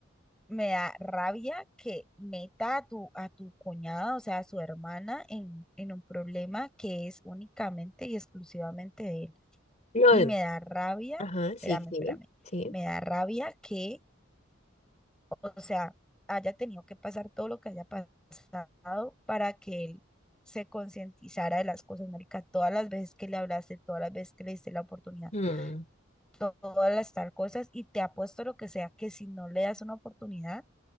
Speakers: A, in the centre; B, on the left (about 35°).
A: me da rabia que meta a tu, a tu cuñada, o sea, a su hermana, en, en un problema que es únicamente y exclusivamente de él.
B: No,
A: Y me da rabia,
B: ajá, sí,
A: espérame, espérame,
B: sí, sí.
A: me da rabia que O sea, haya tenido que pasar todo lo que haya pasado para que él se concientizara de las cosas, marica. Todas las veces que le hablaste, todas las veces que le diste la oportunidad,
B: Mm,
A: to- todas las tal cosas, y te apuesto lo que sea que si no le das una oportunidad,